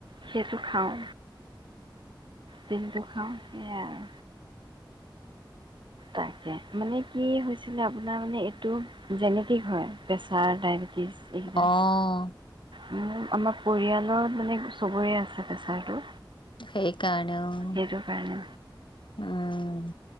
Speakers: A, on the right; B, on the left.
A: সেইটো খাওঁ, দিনটো খাওঁ সেয়াই আৰু। তাকে, মানে কি হৈছিলে আপোনাৰ মানে এইটো জেনেটিক হয় প্ৰেছাৰ, ডায়েবেটিছ এইকেইটা।
B: অ'।
A: মোৰ আমাৰ পৰিয়ালত মানে চবৰে আছে প্ৰেছাৰটো।
B: সেই কাৰনে অ'।
A: সেইটো কাৰণে
B: অ',